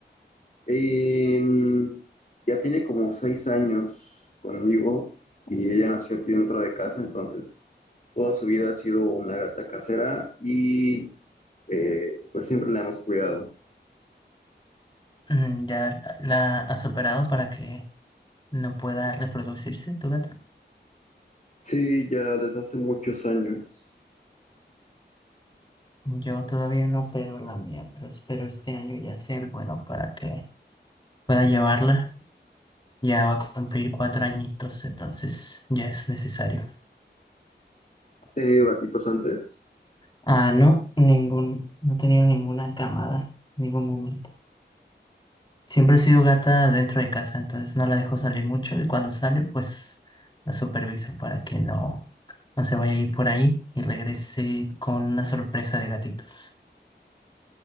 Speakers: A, on the left; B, on the left.
A: Em, ya tiene como seis años conmigo y ella nació aquí dentro de casa, entonces toda su vida ha sido una gata casera y eh, pues siempre la hemos cuidado.
B: Mm, ¿Ya la has operado para que no pueda reproducirse tu gata?
A: Sí, ya desde hace muchos años.
B: Yo todavía no opero la mía, pero espero este año ya ser bueno para que pueda llevarla. Ya va a cumplir cuatro añitos, entonces ya es necesario.
A: ¿Ha tenido gatitos antes?
B: Ah, no, ningún, no he tenido ninguna camada, ningún momento. Siempre he sido gata dentro de casa, entonces no la dejo salir mucho y cuando sale, pues la superviso para que no, no se vaya a ir por ahí y regrese con una sorpresa de gatitos.